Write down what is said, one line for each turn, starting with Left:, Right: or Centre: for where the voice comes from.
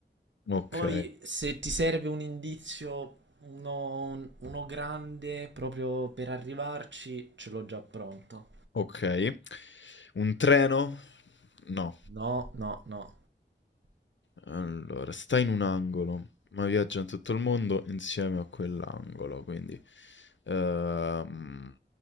Left: ok.
Right: Poi se ti serve un indizio, uno, uno grande proprio per arrivarci, ce l'ho già pronto.
Left: Okay. Un treno? No.
Right: No, no, no.
Left: Allora, sta in un angolo, ma viaggia in tutto il mondo insieme a quell'angolo, quindi ehm,